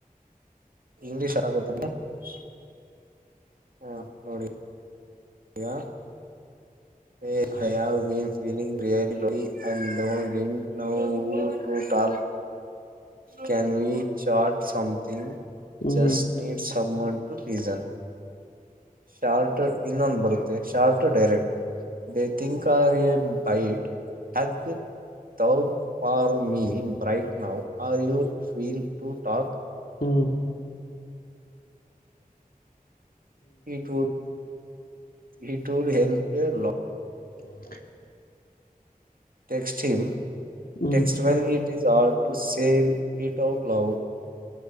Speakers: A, on the right; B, on the left.
A: ಇಂಗ್ಲಿಷ್ ಆಗತ್ತ ನಿಂಗೆ ಹಾ ನೋಡಿ ಯ ಹ್ಮ I have been feeling really I didn't know to call can you chat something
B: hmm
A: ಜಸ್ನರ್ ಸಮನ್ಟು ಲೀಜನ್ ಶಾರ್ಟ ಇನ್ನೊಂದು ಬರುತ್ತೆ ಶಾರ್ಟ್ ಡೈರೆಕ್ಟ್ ಬೇ ತಿಂಗ ಕ ಯ byte hug ತೌಕ್ for me bright now are you feel to talk
B: ಹಾ
A: it ಇಟರ್ ಹಲ್ಪೆ ಲ
B: hmm
A: ಟೆಕ್ಸ್ಟೀಮ
B: hmm
A: text when it is all to save it out love